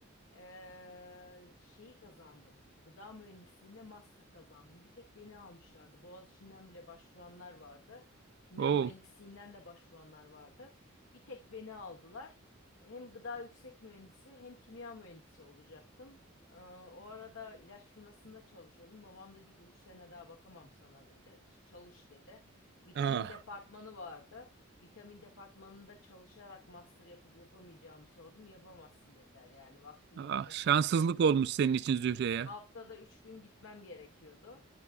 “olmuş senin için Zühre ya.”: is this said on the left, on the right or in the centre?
Right